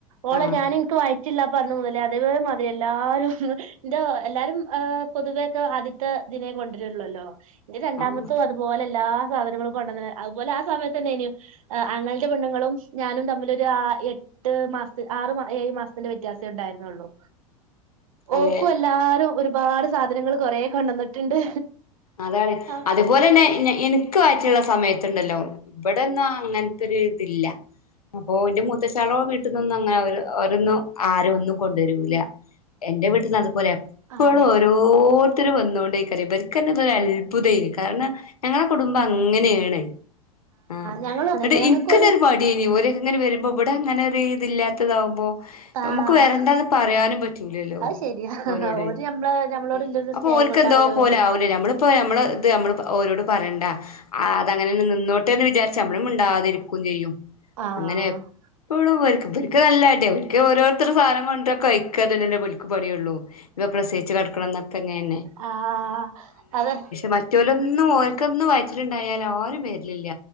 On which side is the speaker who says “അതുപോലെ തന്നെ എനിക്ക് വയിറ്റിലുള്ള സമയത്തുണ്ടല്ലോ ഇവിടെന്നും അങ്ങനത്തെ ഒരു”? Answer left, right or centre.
Left